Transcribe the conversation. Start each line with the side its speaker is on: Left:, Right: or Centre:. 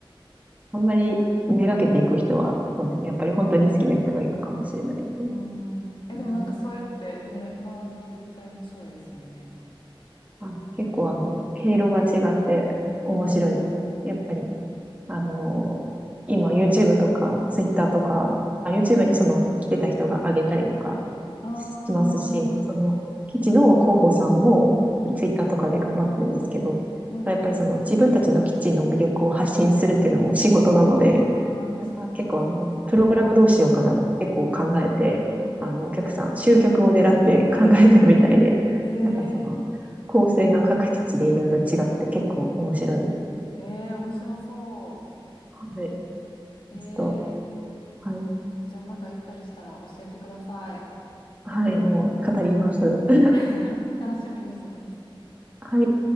Right: あんまりめがけていく人は、そうねやっぱり本当に好きな人が行くかもしれないね。
Left: うん。え、
Right: うん
Left: でもなんかそうやってね、回ると絶対面白いですよね。
Right: はい、結構あの、経路が違って面白いです。
Left: うん。
Right: やっぱりあの、今 YouTube とか Twitter とか、あ、YouTube にその来てた人が上げたりとか
Left: ああ、
Right: しますし、その、チ事の広報さんも
Left: うん。
Right: Twitter とかで頑張ってるんですけど、
Left: うん。
Right: まあやっぱりその自分たちの基地の魅力を発信するっていうのも仕事なので、
Left: うんああ、確かに。
Right: なんか結構あの、プログラムどうしようかなとか結構考えて、
Left: うん。
Right: あの、お客さん、集客を狙って考えてるみたいで、
Left: ええ
Right: なんかその、構成が各基地でいろいろ違って結構面白いです。
Left: ええ面白そ
Right: はい。
Left: う。
Right: ちょっと、
Left: ええ
Right: はい。
Left: じゃあまた行ったりしたら教えてください。
Right: はい、もう語ります。<laughs>
Left: <laughs> 楽しみにしてます。
Right: はい。